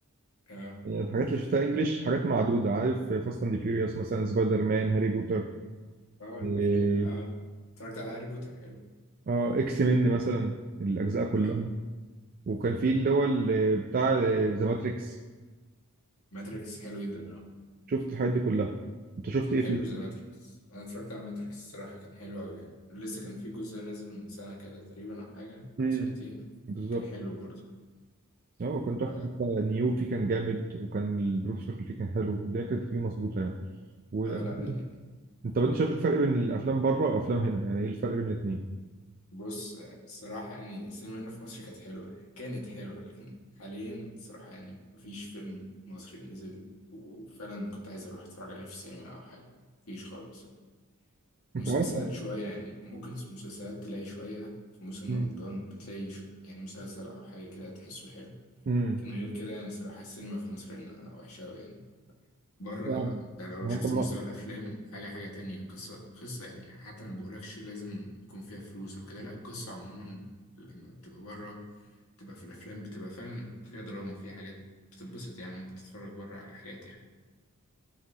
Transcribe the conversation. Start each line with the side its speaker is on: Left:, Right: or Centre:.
Left: اه
Right: يعني الحاجات اللي شفتها انجليش حاجات معدودة عارف فاست اند فيوريوس مثلا سبايدر مان هاري بوتر
Left: اه الأفلام
Right: إيه،
Left: ال- اه اتفرجت على هاري بوتر حلو
Right: اه اكس مين مثلا الاجزاء كلها
Left: اه
Right: وكان في اللي هو اللي بتاع ذا ماتريكس
Left: ماتريكس حلو جدا آه.
Right: شفت الحاجات دي كلها انت شفت
Left: حلو
Right: ايه فيه؟
Left: زي ماتريكس انا اتفرجت على ماتريكس الصراحه كان حلو قوي يعني لسه كان في جزء نازل من سنه كده تقريبا او حاجه
Right: امم
Left: او سنتين
Right: بالظبط
Left: كان حلو برضه
Right: اه كان تحفة
Left: ف...
Right: حتى نيو فيه كان جامد وكان البروفيسور اللي فيه كان حلو الدنيا كانت فيه مظبوطة يعني و...
Left: فلا يعني
Right: <laughs> انت طب انت شايف الفرق بين الافلام بره وافلام هنا يعني ايه الفرق بين الاثنين
Left: بص الصراحه يعني السينما هنا في مصر كانت حلوه كانت حلوه لكن حاليا الصراحه يعني مفيش فيلم مصري نزل وفعلا كنت عايز اروح اتفرج عليه في السينما او حاجه مفيش خالص يعني.
Right: انت
Left: مسلسلات
Right: عارف
Left: شويه يعني ممكن مسلسلات تلاقي شويه في موسم
Right: امم
Left: رمضان بتلاقي ش... يعني مسلسل او حاجه كده تحسه حلو
Right: امم
Left: كان غير كده يعني الصراحة السينما في مصر هنا وحشة أوي يعني بره
Right: يعني
Left: أنت لو
Right: ما
Left: شفت
Right: انت
Left: مستوى الأفلام حاجة حاجة تانية قصة قصة يعني حتى أنا بقولكش لازم يكون فيها فلوس أو كده لأ القصة عموما لما بتبقى بره بتبقى في الأفلام بتبقى فعلا فيها دراما وفيها حاجات بتتبسط يعني لما بتتفرج بره على حاجات يعني